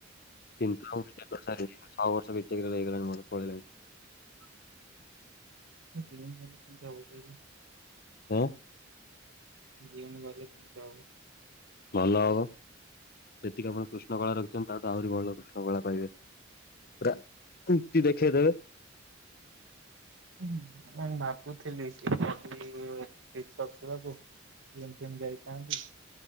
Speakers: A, on the left; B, on the right.
A: କିନ୍ତୁ ଆଉ <unintelligible> ଛଅ ବର୍ଷ ବି ଟେକରେ ପଳେଇଲାଣି ମୋର।
B: <unintelligible>
A: ହଁ।
B: ଜିମ୍ ଗଲେ କେମିତି ହବ।
A: ଭଲ ହବ ଯେତିକି ଆପଣ କୃଷ୍ଣ କଳା ରଖିଛନ୍ତି ତାଠୁ ଆହୁରି ଭଲ କୃଷ୍ଣ କଳା ପାଇବେ। ପୁରା କୁତି ଦେଖେଇଦେବେ।
B: ହ ମୁଁ ଭାବୁଥିଲି ସେ <unintelligible> କୁ ଏମତି ଏମତି ଯାଇଥାନ୍ତି।